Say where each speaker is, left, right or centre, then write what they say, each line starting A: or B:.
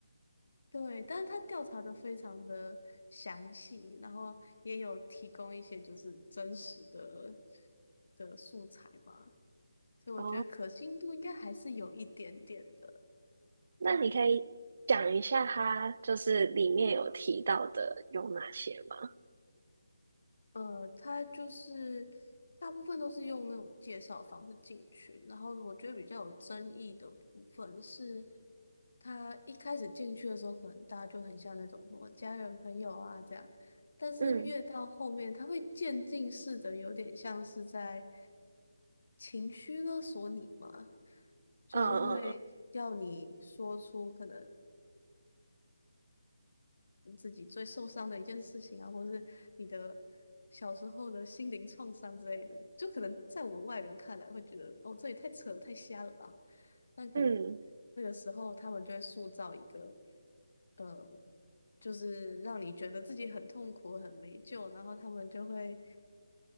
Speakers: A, on the left; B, on the right.
A: 对，但是他调查的非常的详细，然后也有提供一些就是真实的的素材嘛，所以我觉得可信度应该还是有一点点的。
B: <laughs> 哦那你可以讲一下它就是里面有提到的有哪些吗？
A: 对。呃，他就是大部分都是用那种介绍方式进去，然后我觉得比较有争议的部分是，他一开始进去的时候，可能大家就很像那种什么家人朋友啊这样，但是越到后面，
B: 嗯
A: 他会渐进式的，有点像是在情绪勒索你嘛，就是会要你说出可能。
B: 嗯嗯
A: 自己最受伤的一件事情啊，或是你的小时候的心灵创伤之类的，就可能在我们外人看来会觉得，哦，这也太扯了，太瞎了吧？但可能那个时候他们就会塑造一个，
B: 嗯，嗯
A: 呃，就是让你觉得自己很痛苦、很没救，然后他们就会，